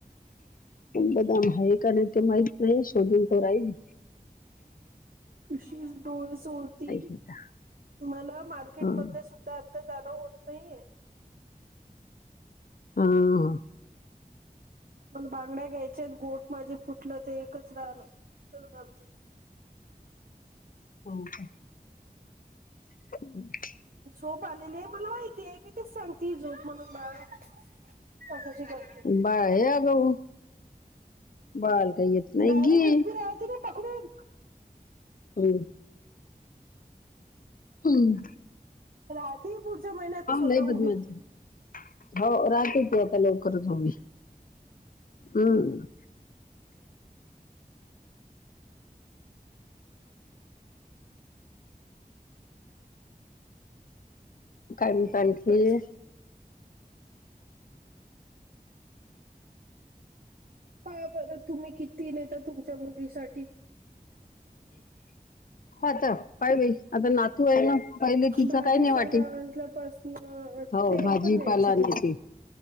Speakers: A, on the left (about 60°); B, on the right (about 65°).
A: बदाम आहे का नाय ते माहित नाय शोधून तर राहीली.
B: कशी <unintelligible> डोळे चोळती
A: हे का
B: मला मार्केटमध्ये
A: हं
B: सुद धा आता जाणं होत नाहीये.
A: हा हा.
B: मला बांगड्या घ्यायच्या येत गोठ माझे फुटलं ते एकच राहल तेच घालते.
A: ओके. <inaudible>
B: झोप आलेली ये मला माहितीये मी तेच सांगतीये झोप म्हणून बाळा बघ कशी करते
A: बाळ लय आगाव, बाळाला काय येत नाय
B: डायरेक्ट
A: घे.
B: उभी राहते ना पकडून
A: हम्म. हम्म.
B: राहतीये पुढच्या महिन्यात स्वतः
A: लय बदमाश
B: उभी
A: झाली. हो राहती ती आता लवकरच उभी हम्म. काय म्हणता
B: अशीच
A: आणखी?
B: करते. पाहा बरं तुम्ही किती नेता तुमच्या मुलीसाठी
A: हो ता पाय बाई आता नातू हाय ना. पहिले तिचं
B: भाजीपाला
A: काय नाही वाटे,
B: वाजल्यापासन
A: हो
B: तेव्हा
A: भाजीपाला
B: पण न्यायचे तुम्ही.
A: नेते.